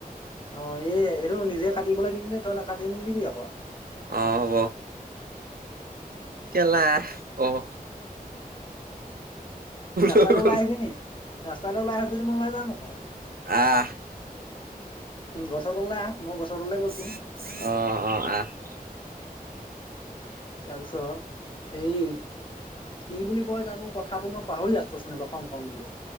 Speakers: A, on the left; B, on the right.
A: অ এই এইটো নিজে কাটিবলৈ দিম নে তই নাকাটি নিদিবি আক
B: অহ হব কেলা অহ।
A: ৰাস্তালৈ
B: হৈ
A: ওলাই
B: গল
A: আহিবি নি? ৰাস্তালৈ ওলাই আহ' যদি মই ওলাই যাম আক।
B: আহ।
A: উম গছৰ তললে আহ। মই গছৰ
B: অহ
A: তললৈ গৈছো
B: অহ আহ।
A: তাৰপিছত এই কি বুলি কয় জানো কথাটো মই পাহৰি আছো অথনিৰ পৰা কম কম বুলি।